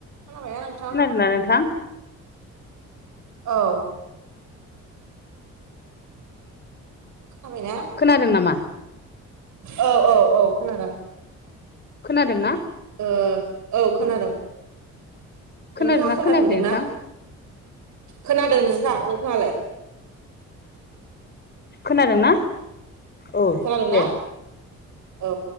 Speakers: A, on the right; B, on the left.
A: खोनाबायना नोंथां
B: खोनादों ना नोंथां
A: औ खोनाबायना
B: खोनादों नामा
A: औ औ औ खोनादों
B: खोनादों ना
A: ओ औ खोनादों
B: खोनादोंना
A: नोंथाङा खोनाफिनदोंना
B: खोनायाखै नोंथां
A: खोनादों नोंथां नोंथाङालाय
B: खोनादोंना औ
A: खोनादोंना
B: दे
A: औ